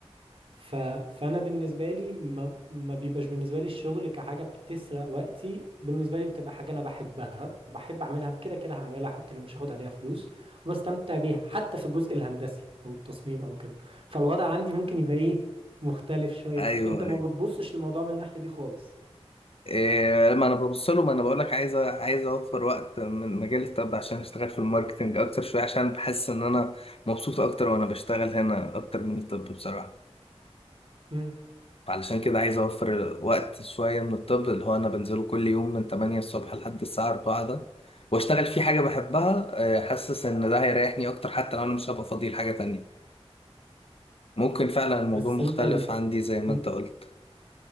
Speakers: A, on the right; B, on the left.
A: ف... فانا بالنسبه لي ما... ما بيبقاش بالنسبه لي الشغل كحاجه بتسرق وقتي بالنسبه لي بتبقى حاجه انا بحبها وبحب اعملها وكده كده هعملها حتى لو مش هاخد عليها فلوس وبستمتع بيها حتى في الجزء الهندسي او التصميم او كده فالوضع عندي ممكن يبقى ايه مختلف شويه
B: ايوه
A: ط- انت ما
B: ايوه
A: بتبصش للموضوع من الناحيه دي خالص
B: إيه ما انا ببص له ما انا بقول لك عايز أ- عايز اوفر وقت من مجال الطب عشان اشتغل في الماركتنج اكتر شويه عشان بحس ان انا مبسوط اكتر وانا بشتغل هنا اكتر من الطب بصراحه
A: امم
B: علشان كده عايز اوفر وقت شويه من الطب اللي هو انا بنزله كل يوم من 8 الصبح لحد الساعه 4 ده واشتغل فيه حاجه بحبها آه، حاسس ان ده هيريحني اكتر حتى لو انا مش هبقى فاضي لحاجه تانية ممكن فعلا الموضوع
A: بس
B: مختلف
A: انت ال...
B: عندي زي ما
A: مم.
B: انت قلت